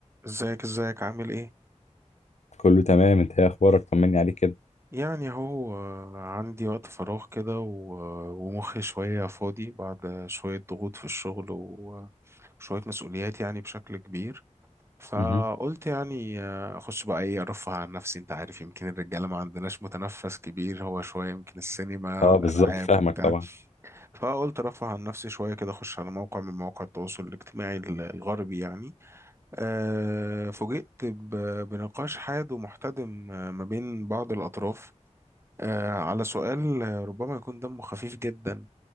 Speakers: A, on the right (about 20°); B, on the left (about 65°).
A: ازيك ازيك عامل ايه
B: كله تمام انت ايه اخبارك طمني عليك كده
A: يعني اهو آه، عندي وقت فراغ كده و- ومخي شوية فاضي بعد شوية ضغوط في الشغل وشوية مسؤوليات يعني بشكل كبير فقلت
B: مهم.
A: يعني آه، اخش بقى ايه ارفه عن نفسي انت عارف يمكن الرجالة ما عندناش متنفس كبير هو شوية يمكن السينما
B: اه
A: والالعاب
B: بالظبط فاهمك
A: وبتاع
B: طبعا
A: فقلت ارفه عن نفسي شوية كده اخش على موقع من مواقع التواصل الاجتماعي الغربي يعني آه، فوجئت ب- بنقاش حاد ومحتدم آه، ما بين بعض الأطراف آه، على سؤال آه، ربما يكون دمه خفيف جدا